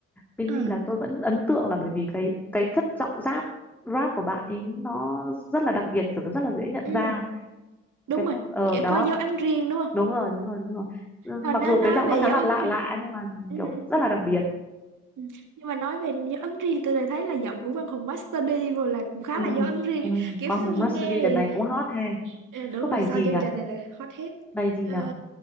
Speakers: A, in the centre; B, on the right (about 50°).
A: Benji
B: ờ,
A: là tôi vẫn ấn tượng là bởi vì cái cái chất giọng rap rap của bạn ấy nó rất là đặc biệt kiểu nó rất là dễ nhận
B: ừ
A: ra
B: đúng
A: cái
B: rồi
A: phong ờ
B: kiểu
A: đó
B: có dấu ấn riêng đúng không
A: đúng rồi đúng rồi đúng rồi Ừ,
B: hồi
A: mặc
B: nó
A: dù
B: nói
A: cái giọng
B: về
A: nó khá
B: dấu
A: là
B: ấn
A: lạ
B: riêng
A: lạ nhưng mà
B: ừ
A: kiểu rất
B: ừ
A: là đặc biệt
B: Ừ. Nhưng mà nói về dấu ấn riêng tôi lại thấy là giọng của Văn Hùng Master D rồi là cũng khá
A: ừ,
B: là dấu ấn riêng
A: ừ.
B: ấy. Kiểu
A: con
B: sau
A: hùng
B: khi
A: Mastery
B: nghe thì
A: đợt này cũng hot ha
B: à, đúng
A: có
B: rồi
A: bài
B: sau
A: gì
B: chương
A: nhở
B: trình này là hot hit
A: bài gì
B: Ờ,
A: nhở